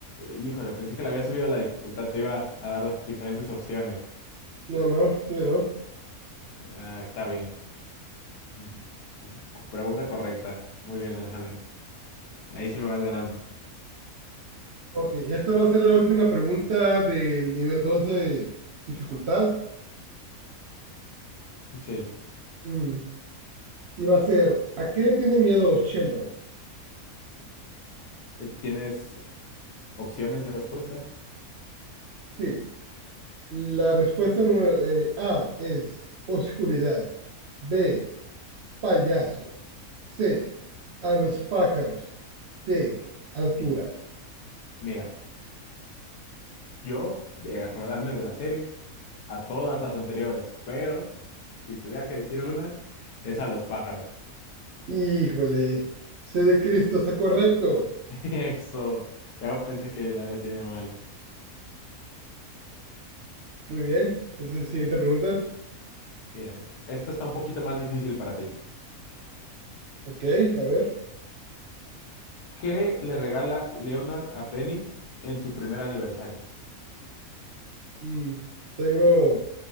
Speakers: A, on the left; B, on the right.
A: Híjole, pensé que le había subido la dificultad. Te iba a dar diferentes opciones.
B: No, no, todavía no.
A: Ah, está bien. Mm, Pregunta correcta. Muy bien, Alejandro. Ahí sí me vas ganando.
B: Ok, esta va a ser la última pregunta del nivel 2 de dificultad.
A: Sí.
B: Mm, y va a ser, ¿a qué le tiene miedo Sheldon?
A: Eh, ¿Tienes opciones de respuesta?
B: Sí, La respuesta número eh, A es oscuridad. B, payasos. C, a los pájaros. D, altura.
A: Mira, yo de acordarme de la serie a todas las anteriores, pero si tuviera que decir una, es a los pájaros.
B: Híjole, C de Cristo, está correcto.
A: <laughs> Eso, ya pensé que la había tenido mal.
B: Muy bien, entonces siguiente pregunta.
A: Mira, esta está un poquito más difícil para ti.
B: Ok, a ver.
A: ¿Qué le regala Leonard a Penny en su primer aniversario?
B: Mm, tengo